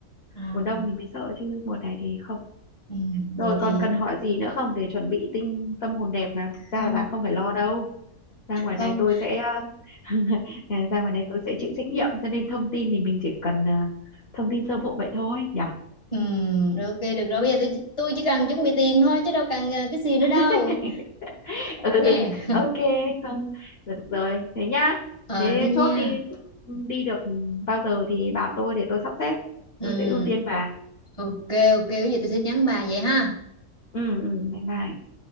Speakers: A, on the left; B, on the left.
A: à
B: mùa đông thì mới sợ chứ mùa này thì không
A: ừ, vậy
B: rồi
A: thì
B: còn cần hỏi gì nữa không để chuẩn bị tinh tâm hồn đẹp là thực ra
A: không
B: là bà không phải lo đâu ra ngoài này
A: không
B: tôi sẽ <laughs> ờ, à, ra ngoài này tôi sẽ chịu trách nhiệm cho nên thông tin thì mình chỉ cần ờ, thông tin sơ bộ vậy thôi nhỉ
A: ừ, rồi ok được rồi bây giờ tôi chỉ- tôi chỉ cần chuẩn bị tiền thôi chứ đâu cần ờ, cái gì nữa
B: <laughs>
A: đâu
B: ừ
A: nè
B: ok không được rồi thế nhá
A: ờ
B: thế
A: thế nha
B: chốt đi đi được bao giờ thì bảo tôi để tôi sắp xếp
A: ừ,
B: tôi sẽ ưu tiên bà
A: ok ok bây giờ tôi sẽ nhắn bà vậy ha
B: ừ ừ bye bye